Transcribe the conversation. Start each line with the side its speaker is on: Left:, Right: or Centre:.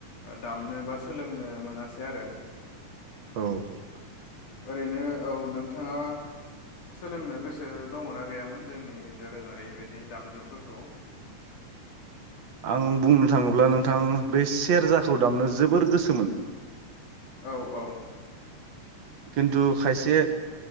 Left: दामनो बा सोलोंनो मोनासै आरो
Right: औ
Left: ओरैनो औ नोंथाङा सोलोंनो गोसो दङना गैयामोन जोंनि दोरोङारि बिदि दामजु फोरखौ
Right: आं बुंनो थाङोब्ला नोंथां बे सेरजाखौ दामनो जोबोर गोसोमोन
Left: औ औ
Right: खिन्थु खायसे